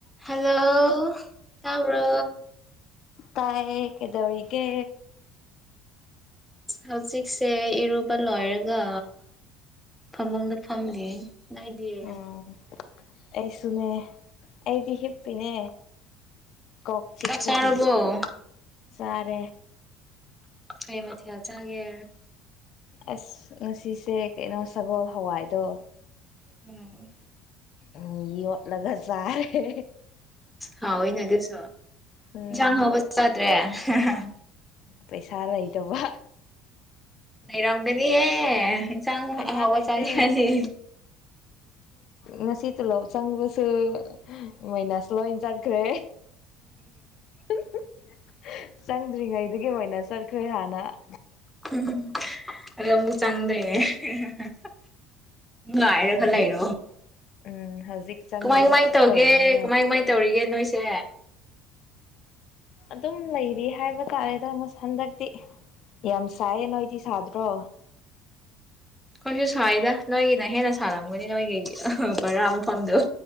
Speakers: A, in the centre; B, on the left.
A: Hello ꯇꯥꯕ꯭ꯔꯣ
B: ꯇꯥꯏꯌꯦ ꯀꯩꯗꯧꯔꯤꯒꯦ
A: ꯍꯧꯖꯤꯛ ꯁꯦ ꯏꯔꯨꯕ ꯂꯣꯏꯔꯒ ꯒ ꯐꯃꯨꯡꯗ ꯐꯝꯂꯤ ꯅꯣꯏꯗꯤ
B: ꯑꯣ ꯑꯩꯁꯨꯅꯦ ꯑꯩꯗꯤ ꯍꯤꯞꯄꯤꯅꯦ ꯀꯣꯛ ꯆꯤꯛꯄꯒꯤ
A: ꯆꯥꯛ ꯆꯥꯔꯕꯣ
B: ꯆꯥꯔꯦ
A: ꯀꯩ ꯃꯊꯦꯜ ꯆꯥꯒꯦ
B: ꯑꯁ ꯉꯁꯤꯁꯦ ꯀꯩꯅꯣ ꯁꯒꯣꯜ ꯍꯋꯥꯏꯗꯣ
A: ꯎꯝ
B: ꯎꯝ ꯌꯣꯠꯂꯒ ꯆꯔꯦ
A: ꯍꯥꯎꯋꯦꯅꯦ ꯑꯗꯨ ꯗꯣ
B: ꯎꯝ
A: ꯏꯟꯁꯥꯡ ꯍꯥꯎꯕ ꯆꯥꯗ꯭ꯔꯦ ꯍꯥ ꯍꯥ ꯍꯥ
B: ꯄꯩꯁꯥ ꯂꯩꯇꯕ
A: ꯂꯩꯔꯝꯒꯅꯤꯍꯦ ꯆꯥꯡ
B: ꯄꯩꯁꯥ
A: ꯍ ꯑꯍꯥꯎꯕ
B: ꯂꯩꯇꯦ
A: ꯆꯥꯅꯤꯉꯗꯤ
B: ꯉꯁꯤ ꯇꯣꯂꯣꯞ ꯆꯪꯕꯁꯨ ꯃꯥꯏꯅꯁ ꯂꯣꯏ ꯆꯠꯈ꯭ꯔꯦ ꯍꯨꯝ ꯍꯨꯝ ꯆꯪꯗ꯭ꯔꯤꯉꯩꯗꯨꯒꯤ ꯃꯥꯏꯅꯁ ꯆꯠꯈ꯭ꯔꯦ ꯍꯥꯟꯅ ꯅꯥ ꯑ ꯍꯨꯝ
A: ꯍꯨꯝ ꯍꯨꯝ ꯍꯨꯝ ꯑꯗꯨꯒ ꯃꯨꯛ ꯆꯪꯗꯣꯏꯅꯦ ꯍꯦ ꯍꯥ ꯍꯥ ꯍꯥ ꯉꯥꯏꯔꯒ
B: ꯍꯧꯖꯤꯛ
A: ꯈꯔ ꯂꯩꯔꯣ
B: ꯎꯝ ꯍꯧꯖꯤꯛ ꯆꯪꯅꯕ
A: ꯀꯃꯥꯏ ꯀꯃꯥꯏ ꯇꯧꯒꯦ
B: ꯇꯧꯔꯤꯅꯦ
A: ꯀꯃꯥꯏ ꯀꯃꯥꯏ ꯇꯧꯔꯤꯒꯦ ꯅꯣꯏꯁꯦ
B: ꯑꯗꯨꯝ ꯂꯩꯔꯤ ꯍꯥꯏꯕ ꯇꯥꯔꯦꯗ ꯑꯁ ꯍꯟꯗꯛꯇꯤ ꯌꯥꯝ ꯁꯥꯏꯌꯦ ꯅꯣꯏꯗꯤ ꯁꯥꯗ꯭ꯔꯣ
A: ꯑꯩꯈꯣꯏꯁꯨ ꯁꯥꯏꯗ ꯅꯣꯏꯒꯤꯅ ꯍꯦꯟꯅ ꯁꯥꯔꯝꯒꯅꯤ ꯅꯣꯏꯒꯤ ꯑꯍꯥ ꯕꯔꯥ ꯃꯐꯝꯗꯣ